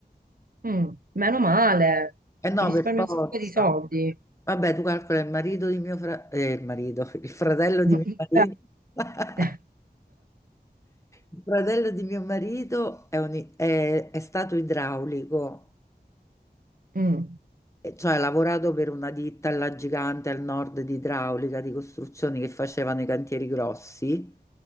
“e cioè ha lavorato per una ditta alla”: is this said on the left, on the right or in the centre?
Left